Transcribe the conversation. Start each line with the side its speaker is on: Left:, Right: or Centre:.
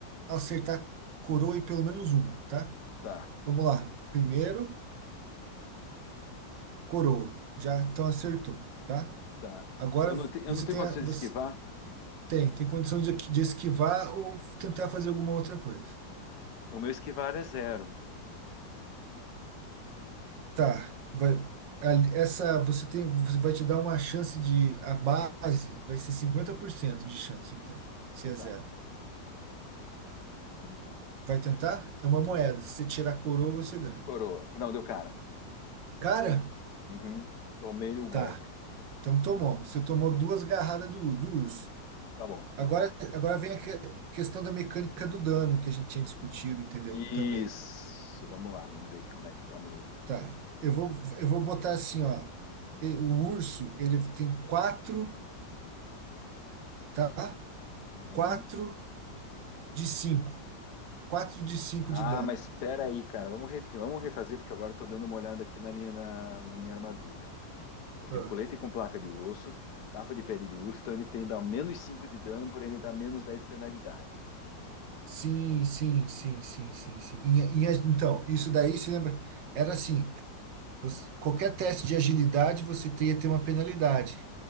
Right: acertar coroa e pelo menos uma, tá?
Left: Tá.
Right: Vamos lá. Primeiro, coroa. Já então acertou, tá?
Left: Tá.
Right: Agora
Left: Eu não, te- eu
Right: você
Left: não tenho
Right: tem
Left: condições
Right: a- você
Left: de esquivar.
Right: tem, tem condição de, de esquivar ou tentar fazer alguma outra coisa.
Left: O meu esquivar é zero.
Right: Tá, vai ali- essa você tem você vai te dar uma chance de a base vai ser 50% de chance então, se é
Left: Tá.
Right: zero.
Left: Então vamos lá.
Right: Vai tentar? É uma moeda. Se você tirar a coroa, você ganha.
Left: Coroa. Não, deu cara.
Right: Cara,
Left: Uhum. Tomei o golpe.
Right: tá. Então tomou. Você tomou duas garradas do, do urso.
Left: Tá bom.
Right: Agora, agora vem a que- questão da mecânica do dano que a gente tinha discutido, entendeu?
Left: Isso.
Right: Também.
Left: Vamos lá. Vamos ver aqui como é que tá o meu.
Right: Tá. Eu vou, eu vou botar assim, ó. E- O urso, ele tem quatro, tá?
Left: Uhum.
Right: Quatro de cinco. Quatro de cinco
Left: Ah,
Right: de dano.
Left: mas espera aí, cara. Vamos, ref- vamos refazer, porque agora eu tô dando uma olhada aqui na minha, na, na minha armadura aqui. Eu tenho
Right: Ah.
Left: um colete com placa de osso, capa de pele de urso, então ele tem dá menos 5 de dano, porém ele dá menos 10 de penalidade.
Right: Sim, sim, sim, sim, sim, sim. Em- em- então, isso daí, você lembra? Era assim. você- qualquer teste de agilidade você teria que ter uma penalidade.